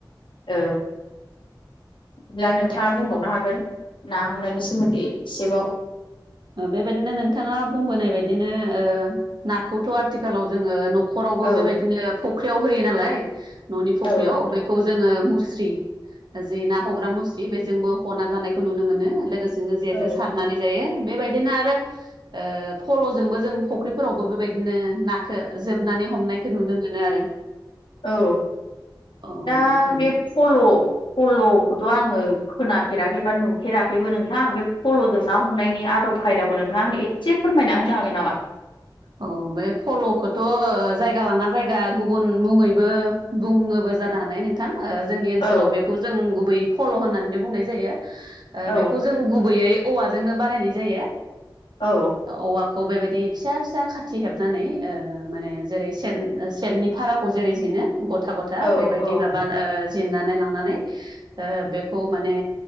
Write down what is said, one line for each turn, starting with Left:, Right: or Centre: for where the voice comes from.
Left: औ अब्ला नोंथाङा बुंबावनो हागोन ना हमनायनि सोमोन्दै एसेबाव
Right: बेबायदिनो नोंथाङा बुंबोनाय बायदिनो नाखौथ' आथिखालाव जोङो न न'खरावबो
Left: औ
Right: बेबायदिनो फख्रियाव होयो नालाय न'नि फख्रियाव
Left: औ
Right: बेखौ जोङो मु मुस्रि जि ना हायग्रा मुस्रि बेजोंबो ना हमना जानायखौ नुनो मोनो लोगोसे जोंनो जेजों
Left: औ
Right: सारनानै जायो बेबायदिनो आरो फल'जोंबो जों फख्रिफोरावबो बेबायदिनो नाखौ जोबनानै हमनायखौ नुनो मोनो आरो
Left: औ
Right: औ
Left: दा
Right: नोंथां
Left: बे फल' फल'खौथ' आङो खोनाफेराखै बा नुफेराखैबो नोंथां आ बे फल'जों ना हमनायनि आदब खायदाखौ नोंथाङा आंनो एसे फोरमायना होनो हागोन नामा
Right: औ बे फल'खौथ' जायगा लाना जायगा गुबुन मुङैबो बुङोबो जानो हानाय नोंथां जोंनि ओनसोलाव
Left: औ
Right: बेखौ जों गुबै फल' होननानै बुंनाय जायो
Left: औ
Right: बेखौ जों गुबैयै औवाजोंनो बानायनाय जायो
Left: औ
Right: औवाखौ खौ बेबायदि फिसा फिसा फिसा खाथि हेबनानै माने जेरै सेन सेननि भाराखौ जेरै जिनो गथा गथा
Left: औ
Right: बेबायदि
Left: औ
Right: माबा जिरन्नानै लानानै बेखौ माने